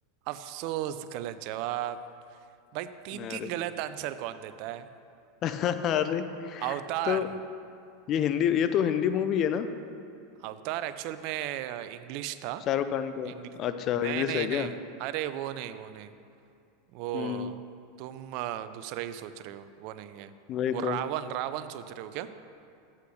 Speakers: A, on the right; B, on the left.
A: अफसोस गलत जवाब भाई तीन
B: अरे
A: तीन गलत आंसर कौन देता है
B: <laughs> अरे
A: अवतार
B: तो ये हिंदी ये तो हिंदी मूवी है ना
A: अवतार एक्चुअल में इंग्लिश था
B: शाहरुख खान का
A: इंग्लिश
B: अच्छा
A: नहीं
B: इंग्लिश
A: नहीं
B: है
A: नहीं
B: क्या
A: अरे वो नहीं वो नहीं वो
B: हम्म
A: तुम अ, दूसरा ही सोच रहे हो वो नहीं है
B: वही
A: वो
B: तो
A: रावण रावण सोच रहे हो क्या